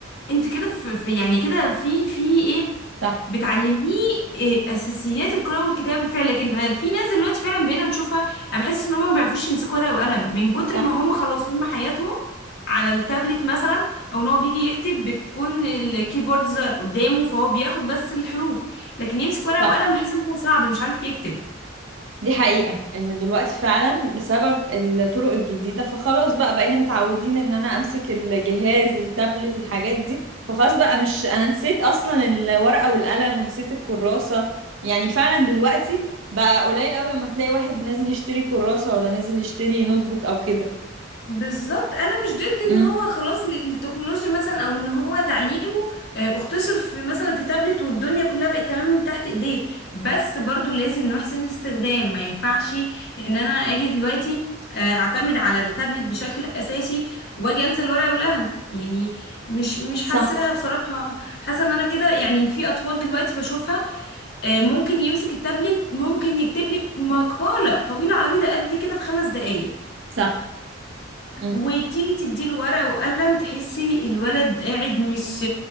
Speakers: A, on the left; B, on the right.
A: انت كده في في- يعني كده في في ايه
B: صح
A: بتعلميه إيه اساسيات القراءة والكتابة بالفعل لكن آه، في ناس دلوقتي فعلا بقينا نشوفها انا بحس ان هم ما بيعرفوش يمسكوا ورقة وقلم من كتر
B: صح
A: ما هم خلاص هم حياتهم على التابلت مثلا او ان هو بيجي يكتب بتكون الكيبوردز قدامه فهو بياخد بس الحروف لكن يمسك ورقة
B: صح
A: وقلم بحس ان هو صعب مش عارف يكتب
B: دي حقيقة ان دلوقتي فعلا بسبب الطرق الجديدة فخلاص بقى بقينا متعودين ان انا امسك الجهاز التابلت الحاجات دي فخلاص بقى مش انا نسيت اصلا الورقة والقلم ونسيت الكراسة يعني فعلا دلوقتي بقى قليل قوي لما هتلاقي واحد نازل يشتري كراسة ولا نازل يشتري نوت بوك او كده
A: بالظبط انا مش ضد
B: امم
A: ان هو خلاص التكنولوجيا مثلا او ان هو تعليمه آه، اختصر في مثلا في تابلت والدنيا كلها بقت تمام من تحت ايديه بس برضو لازم نحسن الاستخدام ما ينفعش ان انا اجي دلوقتي آه، اعتمد على التابلت بشكل اساسي واجي انسى الورقه والقلم يعني مش مش
B: صح
A: حاساها بصراحه حاسه ان انا كده يعني في اطفال دلوقتي بشوفها آه، ممكن يمسك التابلت ممكن يكتب لك مقاله طويله عريضه قد كده في خمس دقائق
B: صح امم
A: وتيجي تديله ورقة وقلم تحسي الولد قاعد مش